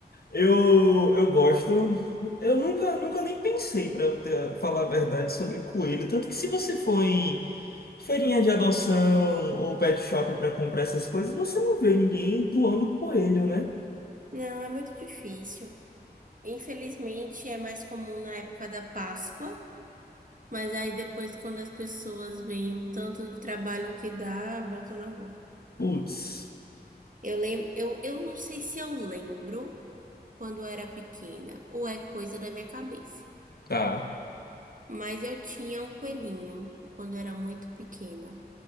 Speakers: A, on the left; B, on the right.
A: Eu, eu gosto. Eu nunca, nunca nem pensei, para falar a verdade, sobre coelho. Tanto que se você for em feirinha de adoção ou pet shop para comprar essas coisas, você não vê ninguém doando coelho, né?
B: Não, é muito difícil. Infelizmente, é mais comum na época da Páscoa. Mas aí depois, quando as pessoas veem o tanto de trabalho que dá, botam na rua.
A: Putz.
B: Eu lembro, eu, eu não sei se eu lembro quando eu era pequena, ou é coisa da minha cabeça.
A: Tá.
B: Mas eu tinha um coelhinho quando eu era muito pequena.